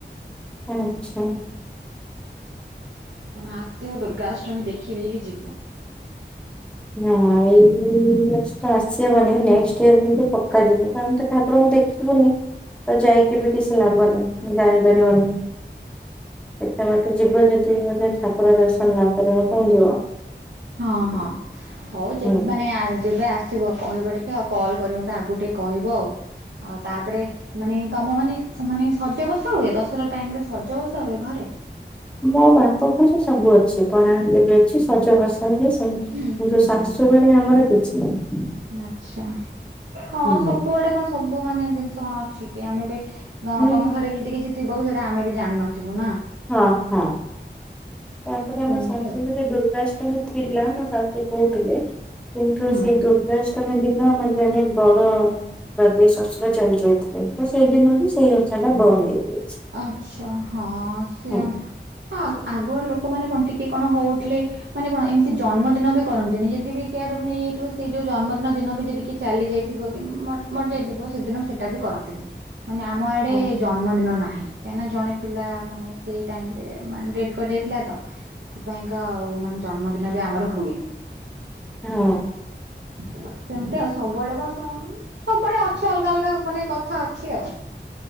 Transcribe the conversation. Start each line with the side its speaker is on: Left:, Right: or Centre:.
Centre: ଆଚ୍ଛା।
Right: ତମେ ଆସିବ ଦୁର୍ଗାଷ୍ଟମୀ ଦେଖିଦେଇକି ଯିବ।
Centre: ହଁ ଏଇ ବର୍ଷ ତ ଆସିହବନି ନେକ୍ସଟ ଇୟର କେମତି ପକ୍କା ଯିବି କଣ ତ ଠାରଙ୍କୁ ଦେଖ୍ ବୁନି ତ ଯାଇକି ବି କିଛି ଲାମ୍ବ ନାହିଁ ମୁଁ ଜାଣିପାରିବୁନି। ଏତେ ବାଟ ଯିବ ଯଦି ମାନେ ଠାକୁର ଦର୍ଶନ ନ କରିବ କଣ ଯିବ।
Right: ହଁ ହଁ ହଉ
Centre: ହୁଁ।
Right: ମାନେ ଯେ- ଯେବେ ଆସ କହିବ ଟିକେଉ କଲ୍ କରି ମତେ ଆଗକୁ ଟିକେ କହିବ ଆଉ ଆଉ ତାପରେ ମାନେ ତମ ମାନେ ମାନେ ଶଜ ବସା ହୁଏ ଦଶହରା ଟାଇମ ରେ ଶଜ ବସା ହୁଏ ଘରେ
Centre: ମୋ ବାପା ଘର ସବୁ ଅଛି ପଣା ଯବେ ଅଛି ସଜବାସ କିନ୍ତୁ
Right: ହୁଁ ହୁଁ ହୁଁ
Centre: ଶାଶୁଘରେ ଆମର କିଛି ନାହିଁ।
Right: ଆଚ୍ଛା ହଁ
Centre: ହୁଁ।
Right: ସବୁଆଡେ କଣ ସବୁ ମାନେ ଜିନିଷ କଣ ଅଛି କି ଆମେ ଏ ତ
Centre: ହଁ
Right: ତମ ସାଇଡା ବି ଯଦି କିଛି ଥିବ ବି ସେଇଟା ଆମେ ବି ଜାଣିନଥିବୁ ନା
Centre: ହଁ ହଁ ତାପରେ ଆମ
Right: ସେମିତି
Centre: ସଂସ୍କୃତିରେ
Right: ଆଉ
Centre: ଦୁର୍ଗା ଥିଲା ମୋ ଶାଶୁ କହୁଥିଲେ କିନ୍ତୁ
Right: ହୁଁ।
Centre: ସେଇ ଦୁର୍ଗା ଅଷ୍ଟମୀ ଦିନ ମାନେ ଜଣେ ବଡ଼ ପଦେଶୁର ଚାଲି ଯାଇଥିଲେ। ତ ସେଇଦିନରୁ ସେଇ ଓଷା ଟା ବନ୍ଦ୍ ହେଇଯାଇଛି।
Right: ଆଛା ହଁ ସେ
Centre: ହଁ
Right: ଆ-ଆଗୁଆଡ ଲୋକମାନୋନ କଣ ଟିକେ କଣ ହଉଥିଲେ। ମାନେ କଣ ଏମିତି ଜନ୍ମଦିନ ବି କରନ୍ତିନି ଯଦି ବି କେୟାର ନେଇଯଇଥିବ ସେଇ ଯୋଉ ଜନ୍ମଦିନ ଦିନ ବି ଯଦି କି ଚାଲି ଯାଇଥିବ କି ମରିଯାଇଥିବ ସେଦିନ ସେଇଟା ବି କରନ୍ତିନି। ମାନେ ଆମ ଆଡେ
Centre: ହଁ
Right: ଜନ୍ମଦିନ ନାହିଁ କାହିଁକିନା ଜଣେ ପିଲା ମାନେ ସେଇ ଟାଇମ୍ ରେ ମାନେଡ୍ କରାଯାଇଥିଲା ତ ସେଥିପାଇଁକା ଆଉ ମାନେ ଜନ୍ମଦିନ ବି ଆମର ହୁଏ
Centre: ହଁ
Right: ସେମିତି ଆଉ ସବୁଆଡେ କ ସବୁଆଡେ ଅଛି ଅଲଗା ଅଲଗା ମାନେ କଥା ଅ ଛିଅ